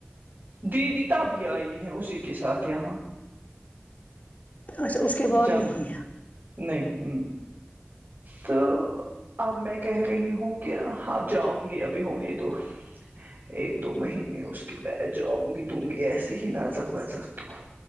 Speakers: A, on the right; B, on the left.
A: دیدی تبھی آئی ہے اسی کے ساتھ یہاں
B: اچھا اس کے بعد
A: جب
B: نہیں
A: نہیں، ام تو اب میں کہہ رہی ہوں کہ آپ جاؤں گی ابھی ہونے دو ایک دو مہینے اس کے بعد جاؤں گی دوں گی ایسے ہی نازک وازک تو